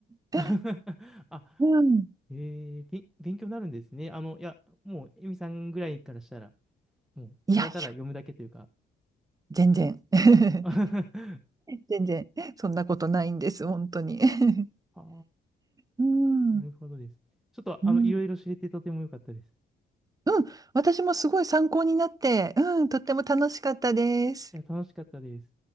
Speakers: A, on the right (about 20°); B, in the centre.
A: <laughs>
B: <laughs> あ、
A: うん。
B: えー、べ、勉強になるんですね。あの、いや、もう、エミさんぐらいからしたら、もう、
A: いやいや、
B: ただただ読むだけというか。
A: 全然。<laughs>
B: <laughs> あ
A: 全然、そんなことないんです、本当に。<laughs>
B: あ、
A: うん。
B: なるほどです。ちょっと、
A: うん
B: あの、いろいろ知れてとても良かったです。
A: うん、私もすごい参考になって、うん、とっても楽しかったです。
B: いや、楽しかったです。